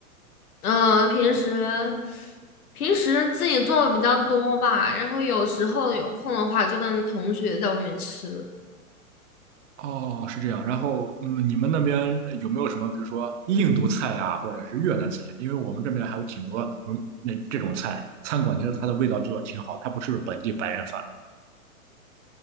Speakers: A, on the left; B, on the right.
A: 嗯，平时平时自己做的比较多吧，然后有时候有空的话就跟同学在外面吃。
B: 哦，是这样。然后，嗯，你们那边有没有什么，比如说印度菜呀，或者是越南菜？因为我们这边还有挺多，嗯，那这种菜，餐馆其实它的味道做的挺好，它不是本地白人饭。